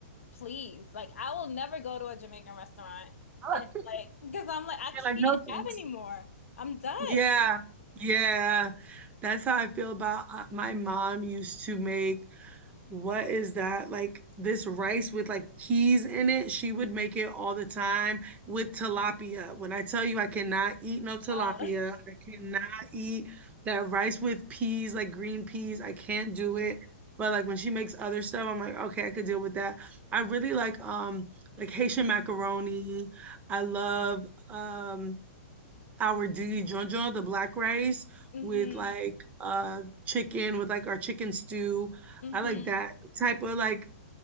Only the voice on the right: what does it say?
<laughs>
You're
like, no
thanks.
Yeah. Yeah. That's how I feel about uh, my mom used to make What is that? Like this rice with like peas in it. She would make it all the time with tilapia. When I tell you I cannot eat no tilapia,
I cannot eat that rice with peas, like green peas. I can't do it. But like when she makes other stuff, I'm like, okay, I could deal with that. I really like um like Haitian macaroni. I love um our diligencia, the black rice
with like uh chicken with like our chicken stew.
I like that type of like